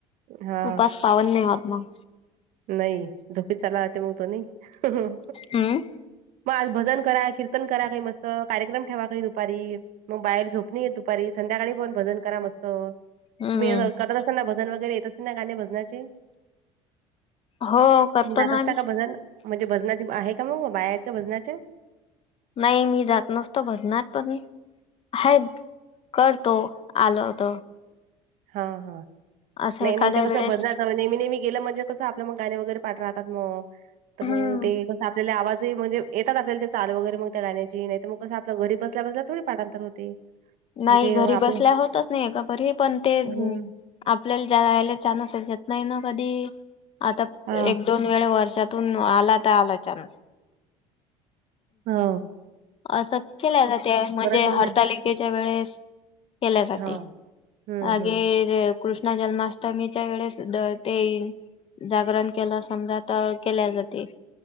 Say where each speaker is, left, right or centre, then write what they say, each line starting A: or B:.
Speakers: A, on the right; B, on the left.
A: हा
B: उपास पावन नाय होत मग.
A: नाय झोपी चला ते म्हणतो नाय.
B: हम्म
A: म आज भजन करा कीर्तन करा काय मस्त. कार्यक्रम ठेवा काय दुपारी म बाहेर झोप नी येत दुपारी संध्याकाळी पण भजन करा मस्त. तुम्ही
B: हम्म
A: अस करत अस्तान ना भजन वगैरे येत असतीन ना गाणे भजनाचे?
B: हो. करतो
A: तुम्ही जातात
B: ना आम्ही
A: का भजन, म्हणजे भजनाचे आहे का मग बाया आहेत का भजनाच्या?
B: नाय मी जात नसतो भजनात पण हायत करतो आल होत.
A: हा हा
B: असं
A: नाही
B: एखाद्या
A: मग ते कसं
B: वेळेस
A: भजनाचां नेहमी नेहमी. गेलं म्हणजे कसं आपल्या मग गाणे वगैरे पाठ राहतात मग. तर
B: हम्म
A: मग ते कसं आपल्याला आवाज म्हणजे येतात ते चाल मग त्या गाण्याची नाही. तर मग कसं आपलं घरी बसल्या बसल्या थोडी पाठांतर होते.
B: नाही
A: आणि ते
B: घरी
A: आपलं
B: बसल्या होतच नाही का घरी पण ते.
A: हं,
B: आपल्याला जायला छान असायच्यात नाही ना कधी आता
A: हां,
B: एक. दोन वेळा वर्षातून आला तर आला छानस.
A: हा
B: असं केल्या जाते म्हणजे
A: नाही
B: हरतालिकेच्या
A: ना.
B: वेळेस केल्या जाते.
A: हां. हं,
B: अगे
A: हं.
B: कृष्ण जन्माष्टमीच्याकडे वेळेस ते. जागरण केलं समजा तर केल्या जाते.